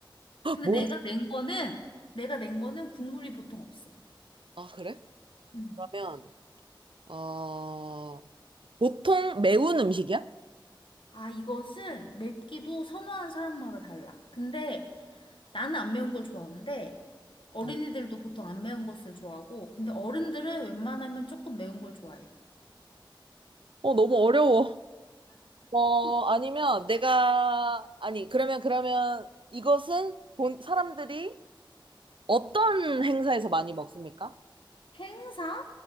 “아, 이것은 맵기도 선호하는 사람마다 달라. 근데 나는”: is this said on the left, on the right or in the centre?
Left